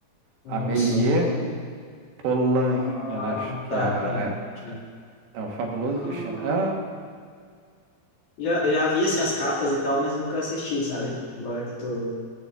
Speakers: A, on the left; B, on the right.
A: Nossa,
B: Amélie
A: não,
B: Polain,
A: Ah,
B: acho que
A: tá,
B: é, é,
A: tá. Já,
B: é o Fabuloso
A: ah,
B: Destino. É,
A: já, já vi assim as capas e tal, mas nunca assisti, sabe? Agora que tu.